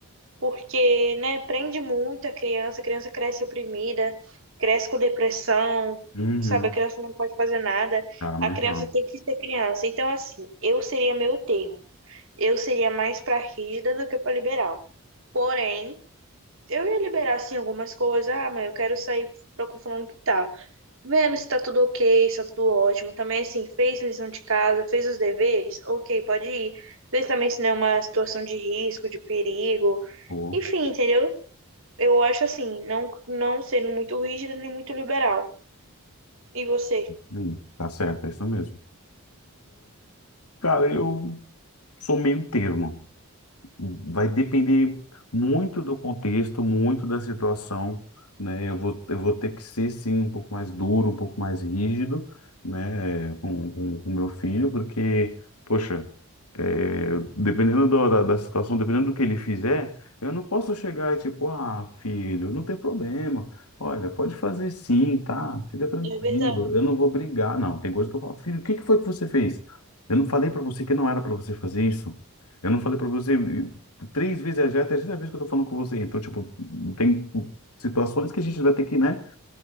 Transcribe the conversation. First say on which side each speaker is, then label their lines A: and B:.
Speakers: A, on the right (about 60°); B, on the left (about 90°).
A: porque, né, prende muito a criança, a criança cresce oprimida, cresce com depressão,
B: Uhum.
A: sabe? A criança não pode fazer nada,
B: Cara, mas
A: a criança
B: ó,
A: tem que ser criança. Então, assim, eu seria meio termo. Eu seria mais pra rígida do que pra liberal. Porém, eu ia liberar, assim, algumas coisas. Ah, mas eu quero sair procu- falando que tá. Vendo se tá tudo ok, se tá tudo ótimo. Também, assim, fez lição de casa, fez os deveres. Ok, pode ir. Vê também se não é uma situação de risco, de perigo.
B: pô.
A: Enfim, entendeu? Eu acho assim, não, não sendo muito rígida nem muito liberal. E você?
B: Ih, Tá certo, é isso mesmo. Cara, eu sou meio termo. vai depender muito do contexto, muito da situação, né? Eu vou, eu vou ter que ser, sim, um pouco mais duro, um pouco mais rígido, né? é, Com, com, com meu filho, porque, poxa, é, dependendo do- da, da situação, dependendo do que ele fizer, eu não posso chegar e tipo, ah, filho, não tem problema. Olha, pode fazer sim, tá? Fica tranquilo,
A: É verdade.
B: eu não vou brigar, não. Tem coisa que eu falo, filho, o que que foi que você fez? Eu não falei pra você que não era pra você fazer isso. Eu não falei pra você. Três vezes já é a terceira vez que eu tô falando com você. Então, tipo, tem tipo, situações que a gente vai ter que, né,